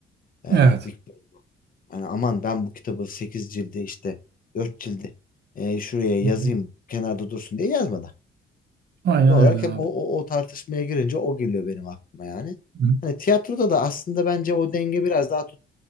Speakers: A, on the left (about 45°); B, on the right (about 60°).
A: Yani
B: Evet.
A: Victor Hugo. Yani aman ben bu kitabı 8 cildi işte 4 cildi e, şuraya yazayım
B: Hı-hı.
A: kenarda dursun diye yazmadı.
B: Aynen
A: Doğal
B: öyle
A: olarak hep
B: abi.
A: o, o, o tartışmaya girince o geliyor benim aklıma yani.
B: Hı.
A: Hani tiyatroda da aslında bence o denge biraz daha tut-